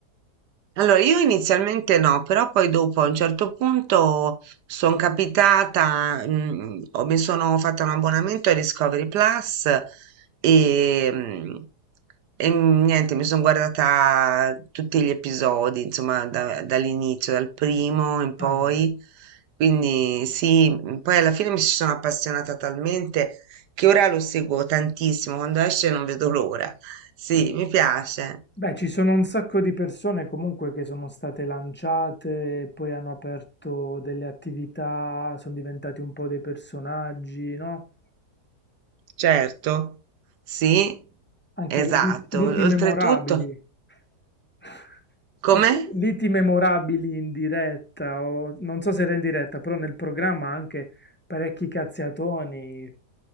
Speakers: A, on the right; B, on the left.
A: Allora, io inizialmente no, però poi dopo a un certo punto sono capitata, mm, ho- mi sono fatta un abbonamento ai Discovery Plus e, mm, e mhmm, niente, mi sono guardata tutti gli episodi, insomma, da- dall'inizio, dal primo in poi.
B: Ah,
A: Quindi sì, mm, poi alla fine mi ci sono appassionata talmente che ora lo seguo tantissimo, quando esce non vedo l'ora. Sì, mi piace.
B: beh, ci sono un sacco di persone comunque che sono state lanciate, poi hanno aperto delle attività, sono diventati un po' dei personaggi, no?
A: Certo, sì,
B: Anche
A: esatto.
B: lit- liti
A: Oltretutto,
B: memorabili. <laughs>
A: come?
B: Liti memorabili in diretta, o non so se era in diretta, però nel programma anche parecchi cazziatoni